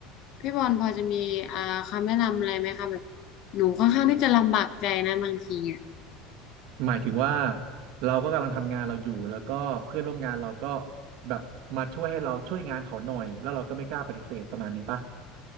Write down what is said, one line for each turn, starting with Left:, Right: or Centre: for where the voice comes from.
Left: พี่บอลพอจะมีอ่าคำแนะนำอะไรไหมคะแบบหนูค่อนข้างที่จะลำบากใจนะบางทีอ่ะ
Right: หมายถึงว่าเราก็กำลังทำงานเราอยู่แล้วก็เพื่อนร่วมงานเราก็แบบมาช่วยให้เราช่วยงานเขาหน่อยแล้วเราก็ไม่กล้าปฏิเสธประมาณนี้ปะ